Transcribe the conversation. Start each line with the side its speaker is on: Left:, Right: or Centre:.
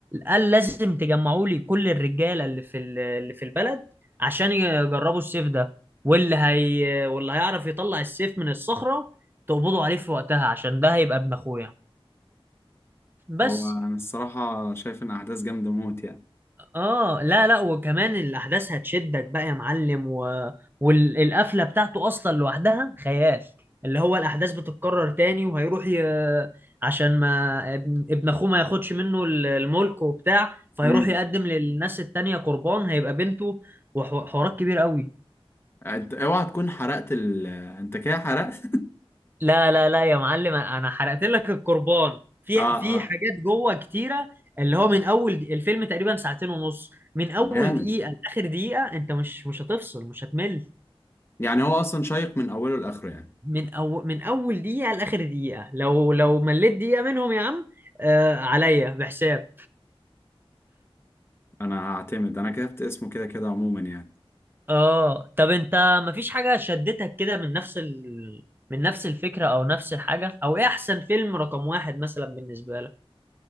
Right: قال لازم تجمعوا لي كل الرجاله اللي في ال- اللي في البلد عشان يجربوا السيف ده واللي هي واللي هيعرف يطلع السيف من الصخره تقبضوا عليه في وقتها عشان ده هيبقى ابن اخويا بس
Left: هو انا الصراحه شايف ان احداث جامده موت يعني
Right: اه لا لا وكمان الاحداث هتشدك بقى يا معلم و... والقفله بتاعته اصلا لوحدها خيال اللي هو الاحداث بتتكرر تاني وهيروح ي... عشان ما ابن ابن اخوه ما ياخدش منه ال- الملك وبتاع فهيروح
Left: امم
Right: يقدم للناس التانية قربان هيبقى بنته وحوارات كبير قوي
Left: انت اوعى تكون حرقت ال آه، انت كده حرقت <laughs>
Right: لا لا لا يا معلم انا أنا حرقت لك القربان في
Left: اه
Right: في
Left: اه
Right: حاجات جوه كتيره اللي هو من اول د- الفيلم تقريبا ساعتين ونص من اول
Left: جامد
Right: دقيقه لاخر دقيقه انت مش مش هتفصل مش هتمل
Left: يعني هو اصلا شيق من اوله لاخره يعني
Right: من أول من أول دقيقة لآخر دقيقة لو لو مليت دقيقة منهم يا عم آه عليا بحساب
Left: انا هعتمد انا كتبت اسمه كده كده عموما يعني
Right: اه طب انت مفيش حاجة شدتك كده من نفس ال... من نفس الفكرة او نفس الحاجة او ايه احسن فيلم رقم واحد مثلا بالنسبة لك